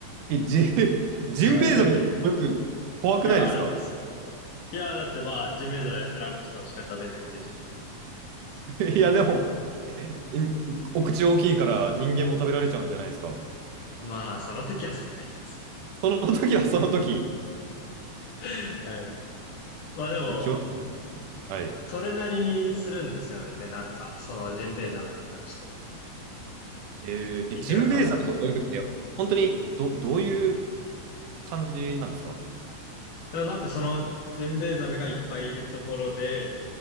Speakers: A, on the right; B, on the left.
A: え、ジ、<laughs>
B: <laughs>
A: ジンベエザメとか泳ぐ怖くないですか
B: いや、あるんですよ、なんか。いやだってまあ、ジンベエザメプランクトンしか食べないっていうじゃないですか。
A: <laughs> いや、でも、んお口大きいから人間も食べられちゃうんじゃないですか。
B: まあ、その時はその時ですよ
A: その時はその時、
B: ね。<laughs> はい。まあでも、
A: 気を、はい。
B: それなりにするんですよね、値段が。そのジンベエザメに関しては。
A: えーえ、
B: いくらか忘れちゃったけど。
A: ジンベエザメと泳ぐって、本当にど、どういう感じなんですか
B: でもなんかそのジンベエザメがいっぱいいるところで、